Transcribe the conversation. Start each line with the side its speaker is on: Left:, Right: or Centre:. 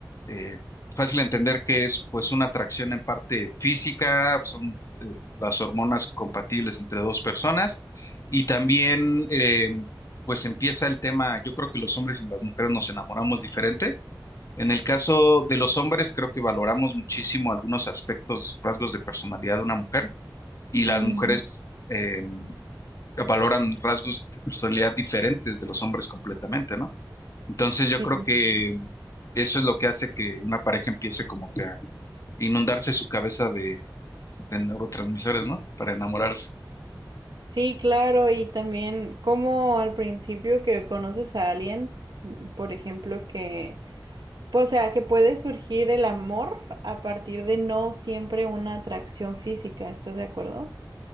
Left: eh, fácil entender que es pues una atracción en parte física, son eh, las hormonas compatibles entre dos personas y también eh, pues empieza el tema, yo creo que los hombres y las mujeres nos enamoramos diferente. En el caso de los hombres, creo que valoramos muchísimo algunos aspectos, rasgos de personalidad de una mujer y las
Right: Ujú,
Left: mujeres eh, valoran rasgos de personalidad diferentes de los hombres completamente, ¿no? Entonces yo
Right: Sí.
Left: creo que eso es lo que hace que una pareja empiece como que a inundarse su cabeza de, de neurotransmisores, ¿no? Para enamorarse.
Right: Sí, claro, y también como al principio que conoces a alguien, por ejemplo, que, pues, o sea, que puede surgir el amor a partir de no siempre una atracción física, ¿estás de acuerdo?